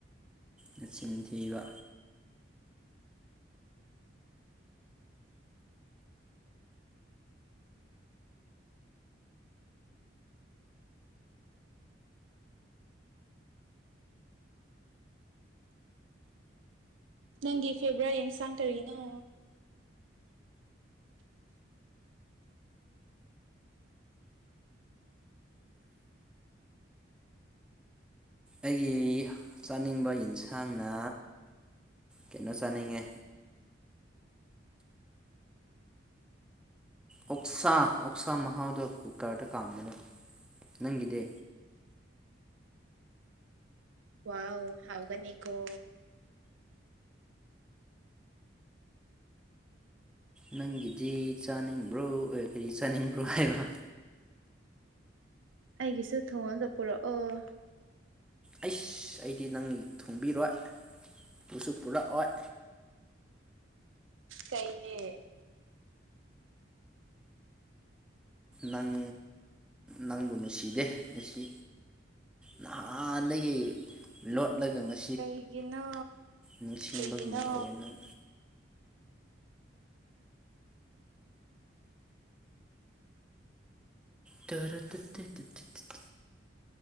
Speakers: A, in the centre; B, on the right.
A: ꯅꯆꯤꯟ ꯊꯤꯕ
B: ꯅꯪꯒꯤ ꯐꯦꯕ꯭ꯔꯥ ꯌꯦꯟꯁꯥꯡ ꯇꯔꯤꯅꯣ
A: ꯑꯩꯒꯤ ꯆꯥꯅꯤꯡꯕ ꯌꯦꯟꯁꯥꯡꯅ ꯀꯩꯅꯣ ꯆꯥꯅꯤꯡꯉꯦ ꯑꯣꯛꯁꯥ ꯑꯣꯛꯁꯥ ꯃꯍꯥꯎꯗꯣ ꯀꯨꯀꯔꯗ ꯀꯥꯝꯕꯗꯣ ꯅꯪꯒꯤꯗꯤ
B: ꯋꯥꯎ ꯍꯥꯎꯒꯅꯤꯒꯣ
A: ꯅꯪꯒꯤꯗꯤ ꯆꯥꯅꯤꯡꯕ꯭ꯔꯣ ꯀꯔꯤ ꯆꯥꯅꯤꯡꯕ꯭ꯔꯣ ꯍꯥꯏꯕ
B: ꯑꯩꯒꯤꯁꯨ ꯊꯣꯡꯉꯒ ꯄꯨꯔꯛꯑꯣ
A: ꯑꯩꯁ ꯑꯩꯗꯤ ꯅꯪ ꯊꯨꯡꯕꯤꯔꯣꯏ ꯄꯨꯁꯨ ꯄꯨꯔꯛꯑꯣꯏ
B: ꯀꯩꯒꯤ
A: ꯅꯪ ꯅꯪꯕꯨ ꯅꯨꯡꯁꯤꯗꯦ ꯅꯨꯡꯁꯤ ꯅꯍꯥꯟꯗꯒꯤ ꯂꯣꯠꯂꯒ ꯉꯁꯤ
B: ꯀꯩꯒꯤꯅꯣ
A: ꯅꯤꯡꯁꯤꯡꯕꯒꯨꯝ
B: ꯀꯩꯒꯤꯅꯣ
A: ꯇꯧꯋꯦ ꯅꯪ ꯇꯧꯔ ꯇꯠꯇꯆꯠ